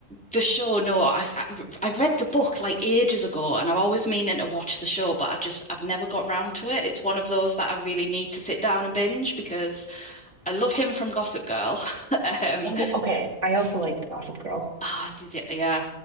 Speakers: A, in the centre; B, on the right (about 55°).
A: the show. No, I I, I read the book like ages ago, and I'm always meaning to watch the show, but I just I've never got round to it. It's one of those that I really need to sit down and binge because I love him from Gossip Girl. <laughs> Um,
B: Oh, okay. I also liked Gossip Girl.
A: ah, did it, yeah.